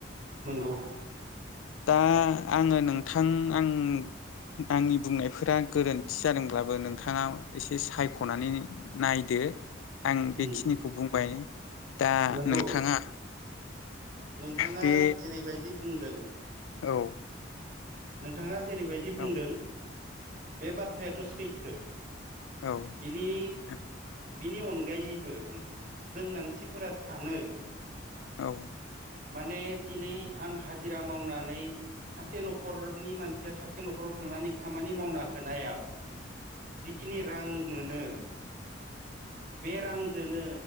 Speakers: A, on the right; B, on the left.
A: नंगौ
B: दा आङो नोंथां आं आंनि बुंनायफोरा गोरोन्थि जादोंब्लाबो नोंथाङा एसे सायख'नानै नायदो आं
A: उम
B: बेखिनिखौ बुंबाय दा
A: नंगौ
B: नोंथाङा
A: नोंथाङा
B: बे
A: जेरैबायदि बुंदों
B: औ
A: नोंथाङा जेरैबायदि बुंदों
B: औ
A: बे बाथ्रायाथ' सैथो
B: औ नोंथां
A: बिनि बिनि अनगायैबो जों मानसिफोरा सानो
B: औ
A: माने दिनै आं हाजिरा मावनानै सासे न' नि मानसिया सासे न'खराव थांनानै खामानि मावना होनायाव जिखिनि रां मोनो बे रां जोनो